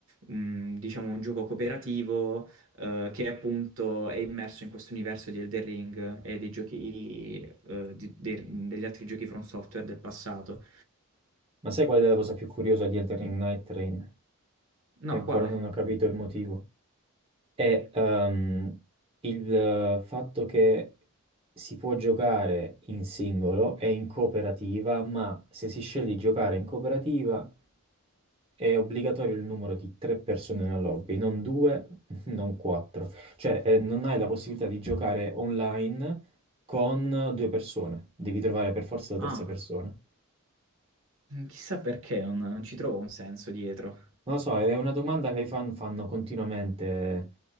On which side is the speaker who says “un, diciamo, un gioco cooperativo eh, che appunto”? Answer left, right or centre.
Right